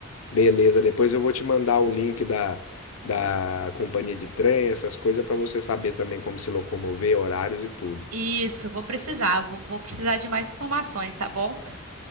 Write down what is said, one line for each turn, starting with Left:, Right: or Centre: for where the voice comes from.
Left: Beleza, depois eu vou te mandar o link da, da companhia de trem, essas coisas, pra você saber também como se locomover, horários e tudo.
Right: Isso, vou precisar. Vou, vou precisar de mais informações, tá bom?